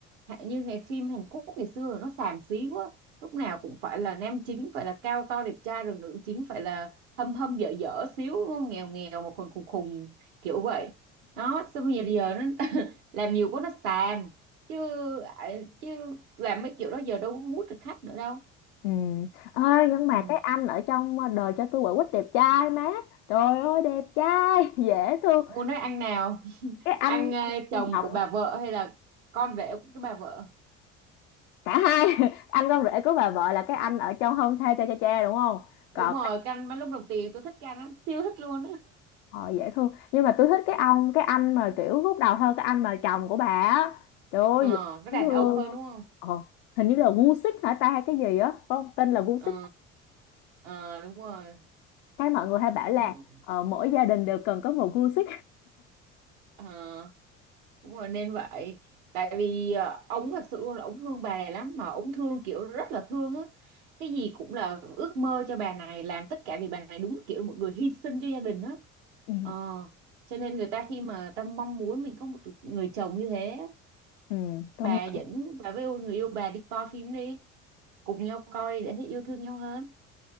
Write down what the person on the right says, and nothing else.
hạ- như ngày phim Hàn Quốc ngày xưa nó xàm xí quá lúc nào cũng phải là nam chính phải là cao to đẹp trai rồi nữ chính phải là hâm hâm dở dở xíu đúng không? nghèo nghèo mà khùng khùng khùng kiểu vậy đó xong bây giờ giờ nó <laughs> làm nhiều quá nó xàm chứ à, chứ làm mấy kiểu đó giờ đâu có hút được khách nữa đâu
ừ.
muốn nói ăn nào
ăn ờ,
chồng
của bà vợ hay là con rể của cái bà vợ
đúng rồi
canh bánh lúc đồng tiền tôi thích canh lắm siêu thích luôn
ờ
nó đàn
ông hơn đúng không
ờ ờ đúng rồi
đúng đúng
ờ đúng rồi nên vậy tại vì ờ, ông thật sự luôn là ông thương bà này lắm mà ông thương kiểu rất là thương á cái gì cũng là ước mơ cho bà này làm tất cả vì bà này đúng kiểu một người hy sinh cho gia đình á
ờ cho nên người ta khi mà ta mong muốn mình có một người chồng như thế
bà
dẫn bà với người yêu bà đi coi phim đi cùng nhau coi để thấy yêu thương nhau hơn